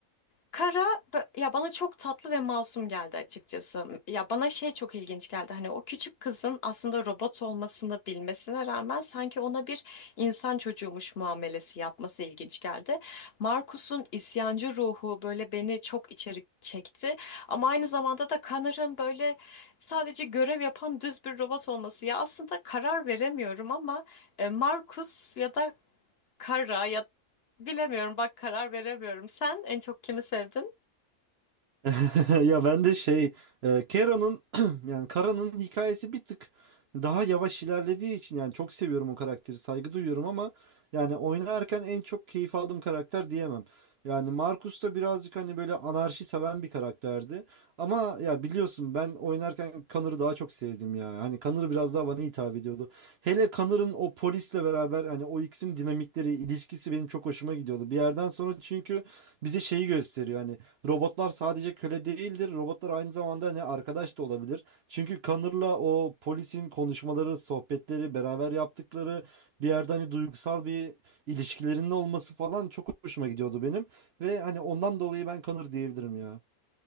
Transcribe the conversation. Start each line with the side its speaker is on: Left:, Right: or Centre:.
Left: Kara bö- ya bana çok tatlı ve masum geldi açıkçası. Ya bana şey çok ilginç geldi. Hani o küçük kızın aslında robot olmasını bilmesine rağmen sanki ona bir insan çocuğumuş muamelesi yapması ilginç geldi. Markus'un isyancı ruhu böyle beni çok içeri çekti. Ama aynı zamanda da Connor'ın böyle sadece görev yapan düz bir robot olması. Ya aslında karar veremiyorum ama e, Markus ya da Kara ya bilemiyorum bak karar veremiyorum. Sen en çok kimi sevdin?
Right: <laughs> Ya ben de şey e, Kera'nın <clears throat> yani Kara'nın hikayesi bir tık daha yavaş ilerlediği için yani çok seviyorum o karakteri saygı duyuyorum ama yani oynarken en çok keyif aldığım karakter diyemem. Yani Marcus da birazcık hani böyle anarşi seven bir karakterdi. Ama ya biliyorsun ben oynarken Connor'ı daha çok sevdim ya. Hani Connor biraz daha bana hitap ediyordu. Hele Connor'ın o polisle beraber hani o ikisinin dinamikleri, ilişkisi benim çok hoşuma gidiyordu. Bir yerden sonra çünkü bize şeyi gösteriyor hani Robotlar sadece köle değildir. Robotlar aynı zamanda ne arkadaş da olabilir. Çünkü Connor'la o polisin konuşmaları, sohbetleri, beraber yaptıkları bir yerde hani duygusal bir ilişkilerinin olması falan çok hoşuma gidiyordu benim. Ve hani ondan dolayı ben Connor diyebilirim ya.